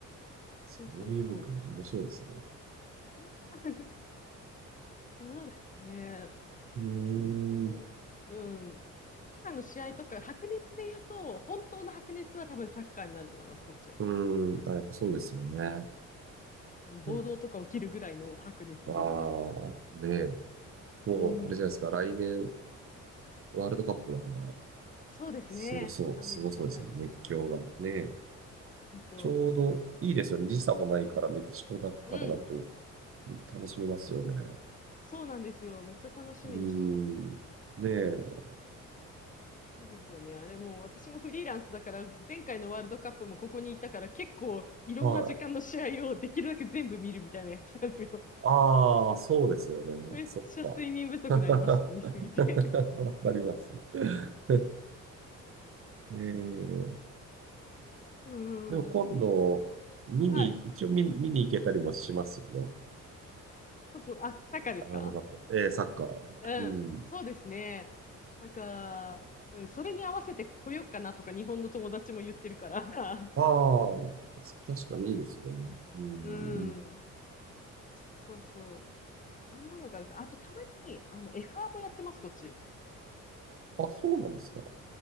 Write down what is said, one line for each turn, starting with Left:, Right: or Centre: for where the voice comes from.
Right: そういう文化も面白いですね。
Left: そうそうそう。<laughs> そうですね。なんか結構、
Right: うーん。
Left: うん、サッカーの試合とか、白熱で言うと、本当の白熱は多分サッカーになると思います、こっちは。
Right: うーん。あ、やっぱそうですよね。
Left: うん暴動とか起きるぐらいの白熱ぶりです。
Right: なんかああ、ねえ。もう、
Left: うん。
Right: あれじゃないですか。来年、ワールドカップだから、
Left: そうですね。
Right: すごそう、
Left: アメリカ大陸。
Right: すごそうですね。熱狂が。ねえ。
Left: 本当。
Right: ちょうどいいですよね。時差もないから、メキシコだからだと
Left: うん。
Right: 楽しめますよね。
Left: そうなんですよ。めっちゃ楽しみにしてます。
Right: うーん。ねえ。
Left: いいですよね。あれもう私もフリーランスだから、前回のワールドカップもここにいたから、結構いろんな時間の試合をできるだけ全部見るみたいなやつなんですよ。
Right: はい。ああ、そうですよね。
Left: めっちゃ睡眠不足になりました。
Right: そっか。<laughs>
Left: 見すぎて。
Right: わかります。えー、
Left: うん。
Right: でも今度、
Left: うん
Right: 見に、
Left: はい。
Right: 一応見、見に行けたりもしますよね。
Left: 僕あ、サッカーですか
Right: あの、なかえー、サッカー。
Left: うん。
Right: うん。
Left: そうですね。なんか、うん、それに合わせて来ようかなとか日本の友達も言ってるから。
Right: ああ、確かにいいですよね。うん。
Left: <laughs> うん。そうそう。そんなのがあるか。あとたまに、あの、F1 もやってます、こっち。
Right: あ、そうなんですか。